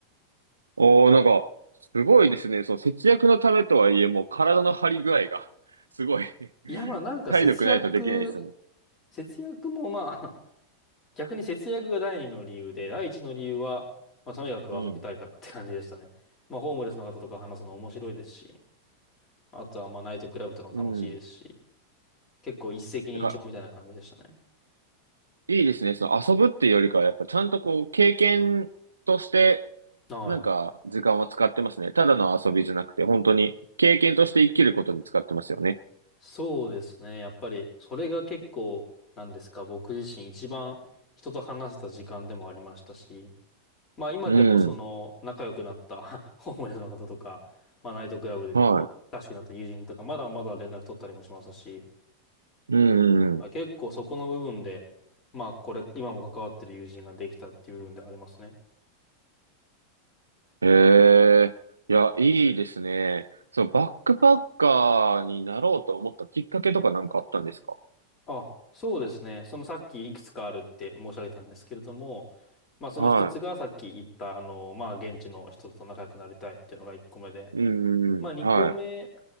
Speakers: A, on the right; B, on the left.
A: おー、なんか、すごいですね。そう、節約のためとはいえ、もう体の張り具合が、<laughs> すごい <laughs>
B: いやまあなんか節約、
A: 体力ないとできないですよね。
B: 節約もまあ逆に節約が第二の理由で、第一の理由は、まあ、とにかく遊びたいからって感じでしたね。
A: うん。
B: まあ、ホームレスの方とか話すの面白いですし、あとは、まあ、ナイトクラブとかも楽しいですし、
A: うん。
B: 結構一石二鳥みたいな感じでしたね。
A: なんか、いいですね。その遊ぶっていうよりかは、やっぱちゃんとこう、経験として、
B: はい。
A: なんか、時間を使ってますね。ただの遊びじゃなくて、本当に、経験として生きることに使ってますよね。
B: そうですね。やっぱり、それが結構、なんですか、僕自身一番人と話せた時間でもありましたし、まあ、今でもその、
A: うん。
B: 仲良くなった <laughs> ホームレスの方とか、まあ、ナイトクラブで、
A: は
B: 親しくなった友人とか、まだまだ連絡取ったりもしますし、
A: い。う
B: はい結構そこの部分で、
A: ん。
B: まあこれ、今も関わってる友人ができたっていう部分ではありますね。
A: ええ、いや、いいですね。そのバックパッカーになろうと思ったきっかけとかなんかあったんですか
B: あ、そうですね。そのさっきいくつかあるって申し上げたんですけれども、まあその一つがさっき言った、
A: は
B: あの、まあ現地の人と仲良くなりたいっていうのが一個目で、
A: い。うん、
B: まあ二個目、
A: うん、は